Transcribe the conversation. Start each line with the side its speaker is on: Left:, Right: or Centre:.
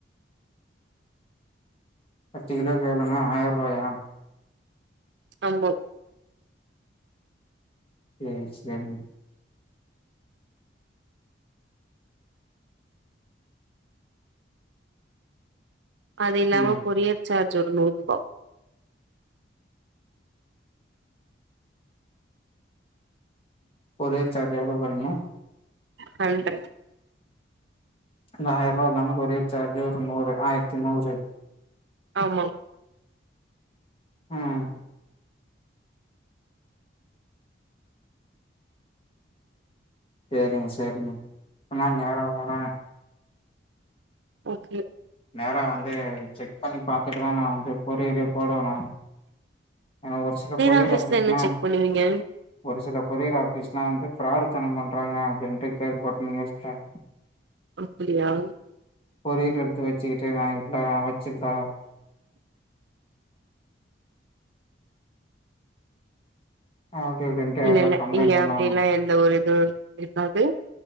Left: பத்து கிலோக்கு எவ்வளவுனா ஆயிரம் ரூபாய் ய
Right: ஆமாம்
Left: சேரி சேரிங்க
Right: அது இல்லாம
Left: ம்
Right: கொரியர் சார்ஜ் ஒரு நூறுவா
Left: கொரியர் சார்ஜ் எவ்வளவு போடுறீங்க
Right: நன்றி
Left: இந்த ஆயிரம் ரூபா இல்லாம கொரியர் சார்ஜு ஒரு நூறு ஆயிரத்தி நூறு
Right: ஆமா
Left: ம் செரிங்க செரிங்க இல்லான் நேரம் வரான்
Right: ஓகே
Left: நேராக வந்து செக் பண்ணி பாத்துட்டு தான் நான வந்து கோரியரேயே போடுவே நா ஏன்னா ஒரு சில கொரியர்
Right: ஆஃபீஸ்ல
Left: ஆபீஸ்லாம்
Right: என்ன செக் பண்ணுவீங்க?
Left: ஒரு சில கொரியர் ஆபீஸ் எல்லாம் வந்து பிராடுத்தனம் பண்றாங்க அப்டின்ட்டு கேள்விப்பட்ட யோசிக்கேன்
Right: அப்டியா
Left: ஒரு <inaudible> வச்சுக்கிட்டு ந வச்சுருதா அப்டி இப்டின்ட்டு யாருனா
Right: இல்ல இல்ல
Left: கம்ப்ளைண்ட்
Right: இல்ல
Left: பண்ணுவாங்க
Right: அப்டி இல்லாம் எந்த ஊர் இருக்காது